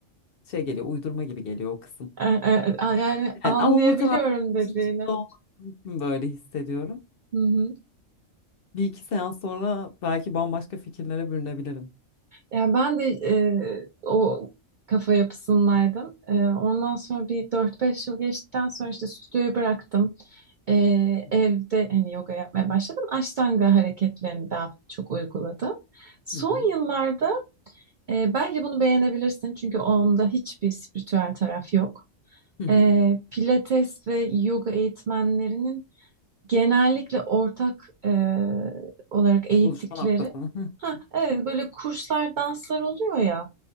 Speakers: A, on the left (about 60°); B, on the right (about 75°).
A: şey geliyor, uydurma gibi geliyor o kısım.
B: E, e, a- Yani anlayabiliyorum
A: Evet, ama muhtemelen
B: dediğini.
A: içinde olmadığım için böyle hissediyorum.
B: Hı hı.
A: Bir iki seans sonra belki bambaşka fikirlere bürünebilirim.
B: Ya ben de e, o kafa yapısındaydım. E, ondan sonra bir dört beş yıl geçtikten sonra işte stüdyoyu bıraktım. E,
A: Hı hı.
B: evde hani yoga yapmaya başladım. Ashtanga hareketlerini daha çok uyguladım. Son
A: Hı hı.
B: yıllarda e, belki bunu beğenebilirsin çünkü onda hiçbir spiritüel taraf yok.
A: Hı hı.
B: E, Pilates ve yoga eğitmenlerinin genellikle ortak e, olarak eğittikleri
A: Buluşma noktası mı? <laughs>
B: ha evet böyle kurslar danslar oluyor ya